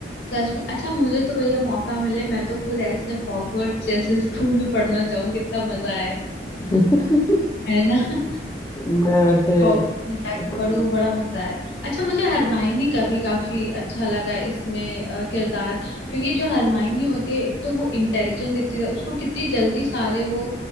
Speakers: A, on the left (about 80°); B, on the left (about 20°).
A: सच में अच्छा मुझे तो भैया मौका मिले मैं तो खुद ऐसे हॉगवर्ट्स जैसे स्कूल में पढ़ना चाहूँ कितना मजा आए
B: <laughs>
A: है ना <laughs>
B: मैं वैसे
A: हॉगवर्ट्स में जाके
B: हाँ
A: पढ़ू बड़ा मजा आए अच्छा मुझे हरमाइनी का भी काफी अच्छा लगा इसमें अ, किरदार क्योंकि जो हरमाइनी होती है एक तो वो इंटेलिजेंट इतनी ज्यादा- उसको कितनी जल्दी सारे वो